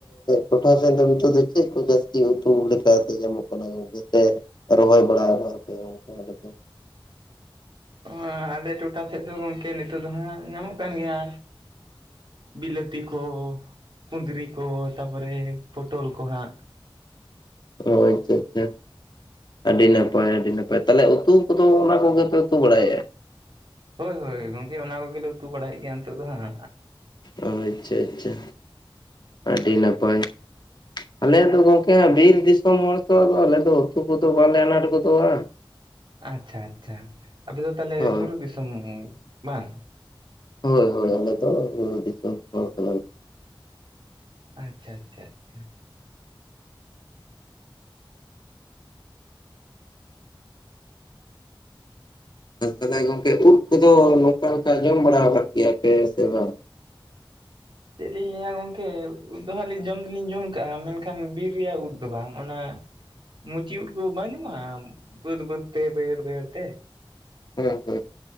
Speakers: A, on the left; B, on the right.
A: ᱴᱚᱴᱷᱟ ᱥᱮᱱ ᱫᱚ ᱱᱤᱛᱚᱜ ᱫᱚ ᱪᱮᱫ ᱠᱚ ᱡᱟᱹᱥᱛᱤ ᱩᱛᱩ ᱞᱮᱠᱟ ᱛᱮ ᱧᱟᱢᱚᱜ ᱠᱟᱱᱟ ᱚᱱᱟ ᱠᱚᱜᱮ ᱥᱮ ᱨᱚᱦᱚᱭ ᱵᱟᱲᱟ ᱠᱟᱫᱟᱯᱮ ᱚᱱᱠᱟ ᱟᱫᱚ <unintelligible>
B: ᱮᱸ ᱟᱞᱮ ᱴᱚᱴᱷᱟ ᱥᱮᱫ ᱫᱚ ᱜᱚᱝᱠᱮ ᱱᱤᱛᱳᱜ ᱫᱚ ᱦᱟᱸᱜ ᱧᱟᱢᱚᱜ ᱠᱟᱱ ᱜᱮᱭᱟ ᱵᱤᱞᱟᱹᱛᱤ ᱠᱚ ᱠᱩᱸᱫᱽᱨᱤ ᱠᱚ ᱛᱟᱯᱚᱨᱮ ᱯᱚᱴᱚᱞ ᱠᱚ ᱦᱟᱸᱜ
A: ᱚ ᱟᱪᱷᱟ ᱟᱪᱷᱟ ᱟᱹᱰᱤ ᱱᱟᱯᱟᱭ ᱟᱹᱰᱤ ᱱᱟᱯᱟᱭ ᱛᱟᱦᱚᱞᱮ ᱩᱛᱩ ᱠᱚᱫᱚ ᱚᱱᱟ ᱠᱚᱜᱮᱯᱮ ᱩᱛᱩ ᱵᱟᱲᱟᱭᱮᱫᱼᱟ
B: ᱦᱳᱭ ᱦᱳᱭ ᱜᱚᱝᱠᱮ ᱚᱱᱟ ᱠᱚᱜᱮᱞᱮ ᱩᱛᱩ ᱵᱟᱲᱟᱭᱮᱫ ᱜᱮᱭᱟ ᱱᱤᱛᱚᱜ ᱫᱚ ᱦᱟᱸᱜ
A: ᱚ ᱟᱪᱷᱟ ᱟᱪᱷᱟ ᱟᱹᱰᱤ ᱱᱟᱯᱟᱭ ᱟᱞᱮ ᱫᱚ ᱜᱚᱝᱠᱮ ᱦᱟᱸᱜ ᱵᱤᱨ ᱫᱤᱥᱚᱢ ᱦᱚᱲ ᱛᱚ ᱟᱞᱮ ᱫᱚ ᱩᱛᱩ ᱠᱚᱫᱚ ᱵᱟᱞᱮ ᱟᱱᱟᱴ ᱜᱚᱫᱚᱜᱼᱟ
B: ᱟᱪᱷᱟ ᱟᱪᱷᱟ ᱟᱯᱮ ᱫᱚ ᱛᱟᱦᱞᱮ
A: ᱦᱳᱭ
B: ᱵᱩᱨᱩ ᱫᱤᱥᱚᱢ ᱵᱟᱝ
A: ᱦᱳᱭ ᱦᱳᱭ ᱟᱞᱮ ᱫᱚ ᱵᱩᱨᱩ ᱫᱤᱥᱚᱢ ᱦᱚᱲ ᱠᱟᱱᱟ ᱞᱮ
B: ᱟᱪᱷᱟ ᱟᱪᱷᱟ ᱟᱪᱷᱟ
A: ᱛᱟᱦᱚᱞᱮ ᱜᱚᱝᱠᱮ ᱩᱫ ᱠᱚᱫᱚ ᱱᱚᱝᱠᱟ ᱱᱚᱝᱠᱟ ᱡᱚᱢ ᱵᱟᱲᱟ ᱠᱟᱫ ᱜᱮᱭᱟ ᱯᱮ ᱥᱮ ᱵᱟᱝ
B: ᱪᱮᱫ ᱞᱤᱧ ᱞᱟᱹᱭᱟ ᱜᱚᱢᱠᱮ ᱩᱫ ᱫᱚ ᱡᱚᱢ ᱫᱚᱞᱤᱧ ᱡᱚᱢ ᱠᱟᱜᱼᱟ ᱢᱮᱱᱠᱷᱟᱱ ᱵᱤᱨ ᱨᱮᱭᱟᱜ ᱩᱫ ᱫᱚ ᱵᱟᱝ ᱚᱱᱟ ᱢᱩᱪᱤ ᱩᱫ ᱠᱚ ᱵᱟᱱᱩᱜᱼᱟ ᱵᱟᱹᱫᱽ ᱵᱟᱹᱫᱽ ᱛᱮ ᱵᱟᱹᱭᱦᱟᱹᱲ ᱵᱟᱹᱭᱦᱟᱹᱲ ᱛᱮ
A: <unintelligible>